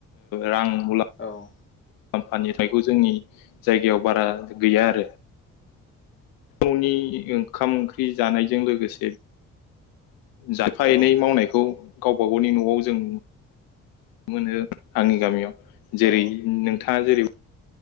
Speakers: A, on the left; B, on the left.
A: रां मुलाम
B: औ।
A: आम्फानिथाइखौ जोंनि जायगायाव बारा गैया आरो। न'नि ओंखाम ओंख्रि जानायजों लोगोसे जाायफा
B: औ
A: एनै मावनायखौ गावबा गावनि न'आव जों मोनो आंनि गामियाव जेरै
B: औ
A: नोंथाङा जेरै